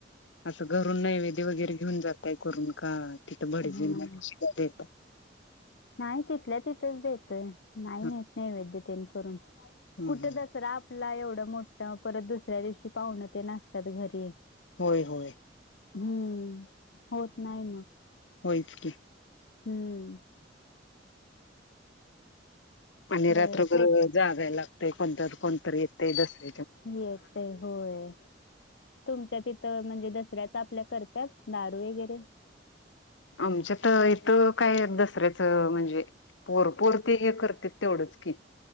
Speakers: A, on the left; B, on the left.
A: असं घरून नैवेद्य वगैरे घेऊन जातय करून का तिथं भडजींना
B: हा
A: <unintelligible> देताय
B: नाही तिथल्या तिथंच देतय नाही
A: ह
B: नाहीेत नाही वद्यतेन करून
A: ह
B: कुठ दसरा आपला एवढं मोठ परत दुसऱ्या दिवशी पाहुणं ते असतात घरी
A: होय होय
B: हम्म होत नाही मग
A: होयच की
B: हम्म
A: आणि रात्रभर
B: अ, जोत
A: जागायला लागतय कोणततर कोणतरी येत दसर
B: येते होय तुमच्या तथ तर म्हणजे दसऱ्याचा आपल्या करतात, नारू वैगरे?
A: आमच्यात इथ काय दसऱ्याच म्हणजे पोरपोर ते हे करतेत तेवढच की,